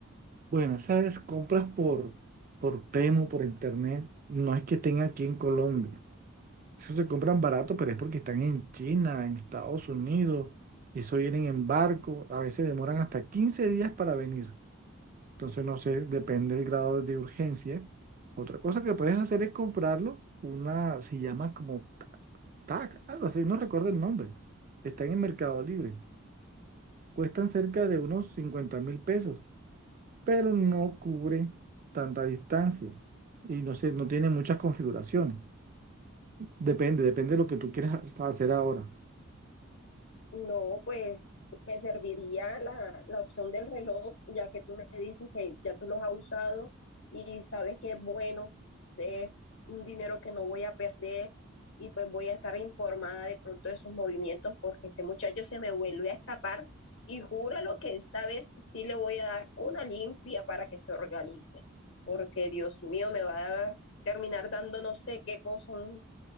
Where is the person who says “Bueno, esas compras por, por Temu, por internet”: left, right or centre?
Right